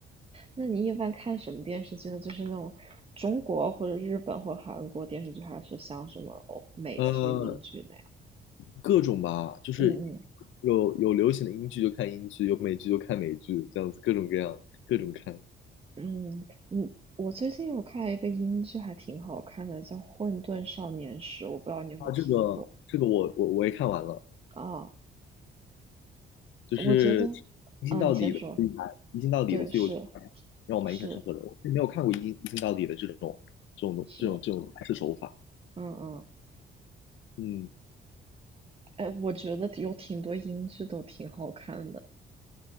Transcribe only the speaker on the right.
那你一般看什么电视剧呢？就是那种中国或者日本或者韩国电视剧，还是像什么欧美剧、
英剧那样？
嗯嗯
嗯，你我最近有看一个英剧，还挺好看的，叫《混沌少年时》，我不知道你有没有听过
啊？
我觉得啊，
你先说，
对，
是是
是，嗯嗯。
哎，我觉得有挺多英剧都挺好看的，